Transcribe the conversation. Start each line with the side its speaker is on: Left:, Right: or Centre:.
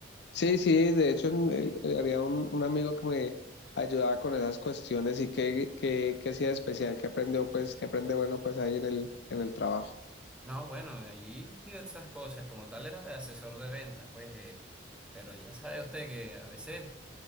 Left: sí, sí de hecho en el- eh, había un, un amigo que me ayudaba con esas cuestiones y que, que, que hacía de especial, que aprendió pues, que aprende bueno pues ahí en el, en el trabajo.
Centre: No, bueno, ahí diversas cosas. Como tal, era asesor de ventas, pues. eh, pero ya sabe usted que a veces